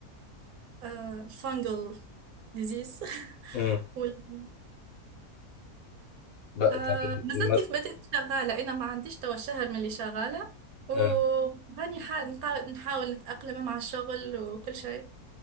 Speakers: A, on the right (about 70°); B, on the left (about 65°).
A: الفانجل ديزيز
B: امم
A: <laughs>
B: بقى
A: آه
B: طب
A: ما زلت
B: المس...
A: كيف بدأت شغالة أنا ما عنديش توا شهر من اللي شغالة وهاني
B: آه.
A: حا- نحا- نحاول نتأقلم مع الشغل وكل شيء